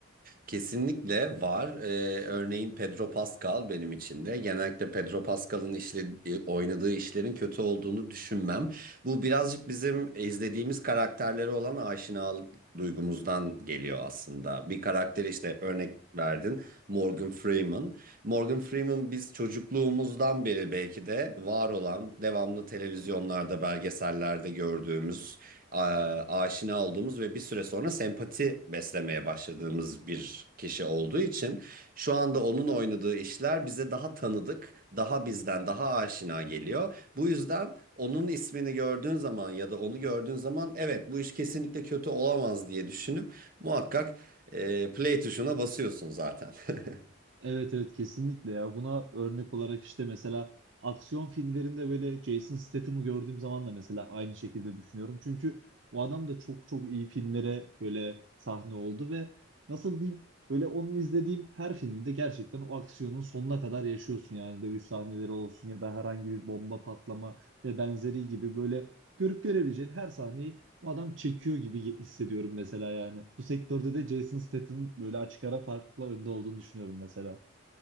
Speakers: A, on the right; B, on the right.
A: Kesinlikle var. Ee, örneğin Pedro Pascal benim için de. Genellikle Pedro Pascal'ın işle, e, oynadığı işlerin kötü olduğunu düşünmem. Bu birazcık bizim izlediğimiz karakterlere olan aşinalık duygumuzdan geliyor aslında. Bir karakteri işte örnek verdin Morgan Freeman. Morgan Freeman biz çocukluğumuzdan beri belki de var olan devamlı televizyonlarda, belgesellerde gördüğümüz a- aşina olduğumuz ve bir süre sonra sempati beslemeye başladığımız bir kişi olduğu için şu anda onun oynadığı işler bize daha tanıdık, daha bizden daha aşina geliyor. Bu yüzden onun ismini gördüğün zaman ya da onu gördüğün zaman evet bu iş kesinlikle kötü olamaz diye düşünüp muhakkak e, play tuşuna basıyorsun zaten. <laughs>
B: Evet evet kesinlikle ya. Buna örnek olarak işte mesela aksiyon filmlerinde böyle Jason Statham'ı gördüğüm zaman da mesela aynı şekilde düşünüyorum. Çünkü o adam da çok çok iyi filmlere böyle sahne oldu ve nasıl diyeyim böyle onun izlediğim her filmde gerçekten o aksiyonun sonuna kadar yaşıyorsun yani dövüş sahneleri olsun ya da herhangi bir bomba patlama ve benzeri gibi böyle görüp görebileceğin her sahneyi o adam çekiyor gibi hissediyorum mesela yani. Bu sektörde de Jason Statham böyle açık ara farklı önde olduğunu düşünüyorum mesela.